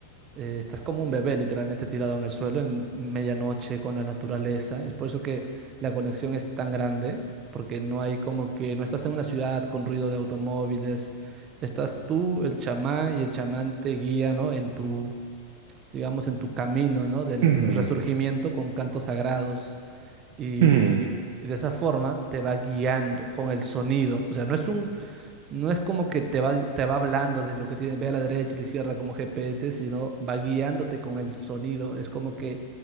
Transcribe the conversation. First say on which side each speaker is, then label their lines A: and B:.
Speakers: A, on the right (about 30°); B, on the right (about 50°).
A: Eh, estás como un bebé literalmente tirado en el suelo en medianoche con la naturaleza. Es por eso que la conexión es tan grande, porque no hay como que no estás en una ciudad con ruido de automóviles. Estás tú, el chamán, y el chamán te guía, ¿no? En tu, digamos, en tu camino, ¿no? Del
B: <clears throat> Mm,
A: resurgimiento con cantos sagrados. Y
B: mm,
A: de esa forma te va guiando con el sonido. O sea, no es un, no es como que te va, te va hablando de lo que tiene, ve a la derecha, a la izquierda como GPS, sino va guiándote con el sonido. Es como que